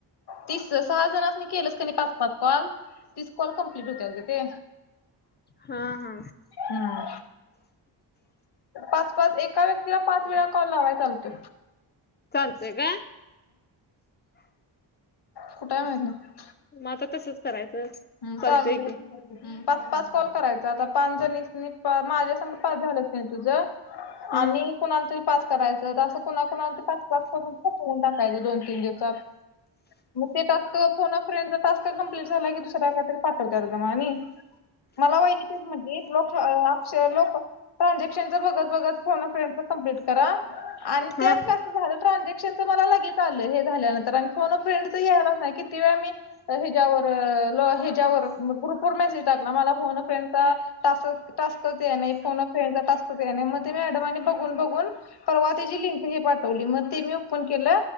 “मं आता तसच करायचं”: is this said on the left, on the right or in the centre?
Left